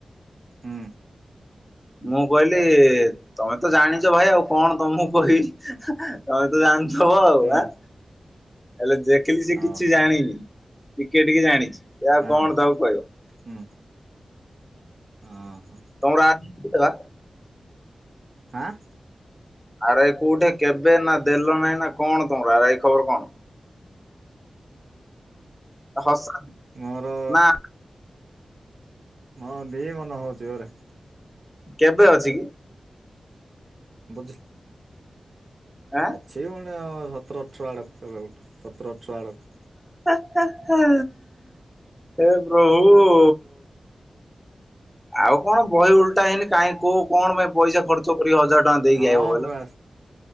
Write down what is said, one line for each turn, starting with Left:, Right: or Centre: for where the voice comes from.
Right: ହୂ।
Centre: ମୁଁ କହିଲି ତମେ ତ ଜାଣିଛ ଭାଇ ଆଉ କଣ ତମକୁ କହିବି। ତମେ ତ ଜାଣିଥବ ଆଉ
Right: ହୁଁ
Centre: ଆ ହେଲେ ଦେଖିଲି ସେ
Right: ହଉ
Centre: କିଛି
Right: ହଉ
Centre: ଜାଣିନି। ଟିକେ ଟିକେ ଜାଣିଚି। ଏ ଆଉ
Right: ହଁ
Centre: କଣ ତାକୁ କହିବ।
Right: ହୁଁ ହଁ ହୋ।
Centre: ତମର ଆ ଦେବା
Right: ହାଁ
Centre: ଆର ଆଇ କୋଉଠି କେବେ ନା ଦେଲ ନାହିଁ ନା କଣ ତମର ଆର ଆଇ ଖବର କଣ? ହସ
Right: ମୋର
Centre: ନା
Right: ହଁ ଦିଏ ମନ ହଉଛି ଗୁରେ।
Centre: କେବେ ଅଛି କି?
Right: ବୁଝି
Centre: ଆଁ
Right: ଅଛି ପଣେ ସତର ଅଠର ଆଡକୁ କେବେ ଗୋଟେ ସତର ଅଠର ଆଡକୁ।
Centre: ହା ହା ହା ହେ ପ୍ରଭୁ। ଆଉ କଣ ବହି ଉଲଟା ହେଇନି କାଇହିଁ କୋଉ କଣ ପାଇଁ ପଇସା ଖର୍ଚ୍ଚ କରି ହଜାର ହଜାର ଟଙ୍କା ଦେଇକି
Right: ହଁ
Centre: ଆଇବ କହିଲ।
Right: ପୁରା